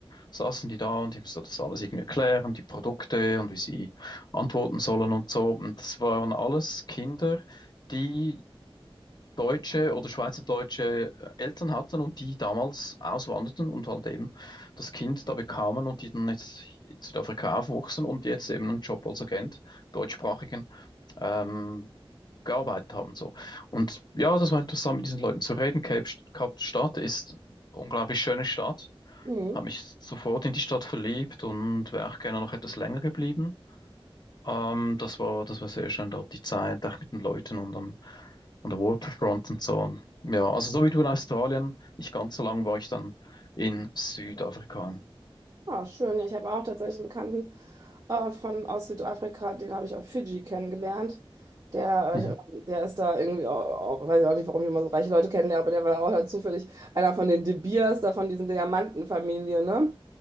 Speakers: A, on the left; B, on the right.
A: saßen die da und ich musste das alles irgendwie erklären, die Produkte und wie sie antworten sollen und so. Und das waren alles Kinder, die deutsche oder schweizerdeutsche Eltern hatten und die damals auswanderten und halt eben das Kind da bekamen und die dann jetzt in Südafrika aufwuchsen und jetzt eben einen Job als Agent, deutschsprachigen, ähm, gearbeitet haben. So. Und ja, das war interessant, mit diesen Leuten zu reden. Cape, St- Kapstadt ist eine unglaublich schöne Stadt
B: Mhm.
A: habe mich sofort in die Stadt verliebt und wäre auch gerne noch etwas länger geblieben. Ähm, das war, das war sehr schön dort, die Zeit, auch mit den Leuten und am, an der Waterfront und so. Und ja, also so wie du in Australien, nicht ganz so lang war ich dann in Südafrika.
B: Ah, schön. Ja, Ich habe auch tatsächlich einen Bekannten äh, von, aus Südafrika, den habe ich auf Fidschi kennengelernt. Der,
A: Mhm.
B: äh, ich- der ist da irgendwie, auch, auch, weiß ich auch nicht, warum ich immer so reiche Leute kennenlerne, aber der war auch da zufällig einer von den De Beers, da von diesen Diamantenfamilien, ne?